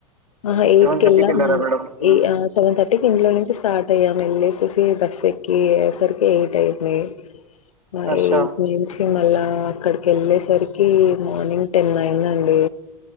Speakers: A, on the left (about 70°); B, on the right (about 85°).
A: ఆ ఎయిట్
B: సెవెన్
A: కి
B: థర్టీకి
A: ఎళ్ళమండి
B: వెళ్ళారా మేడం హ్మ్.
A: ఏ ఆ సెవెన్ థర్టీకి ఇంట్లోనే స్టార్ట్ అయ్యాం వెళ్లేసిసి బస్ ఎక్కిసరికి ఎయిట్ అయింది. మై
B: అచ్చా
A: మళ్ళా అక్కడికి వెళ్ళేసరికి మార్నింగ్ టెన్ అయిందండి.